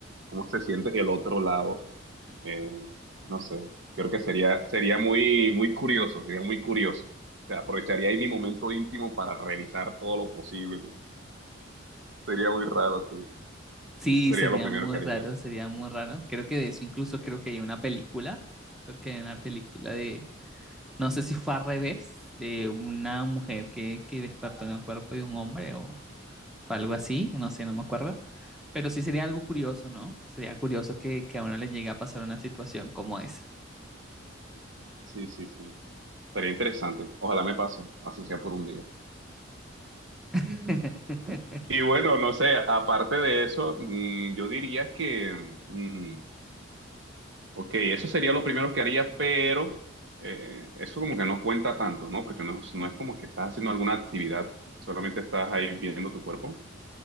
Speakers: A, on the right; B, in the centre.
A: cómo se siente el otro lado eh, no sé, creo que sería, sería muy, muy curioso, sería muy curioso. O sea, aprovecharía ahí mi momento íntimo para revisar todo lo posible. Sería muy raro, sí.
B: Sí,
A: Eso sería
B: sería
A: lo primero
B: muy
A: que
B: raro,
A: haría.
B: sería muy raro. Creo que de eso incluso creo que hay una película, creo que hay una película de, no sé si fue al revés, de una mujer que, que despertó en el cuerpo de un hombre o fue algo así, no sé, no me acuerdo. Pero sí sería algo curioso, ¿no? Sería curioso que, que a uno le llegue a pasar una situación como esa.
A: Sí, sí, sí. Sería interesante. Ojalá me pase, así sea por un día.
B: <laughs>
A: Mm. Y bueno, no sé, aparte de eso, mm, yo diría que, mm, Ok, eso sería lo primero que haría, pero eh, eso como que no cuenta tanto, ¿no? Porque no, es- no es como que estás haciendo alguna actividad, solamente estás ahí viendo tu cuerpo,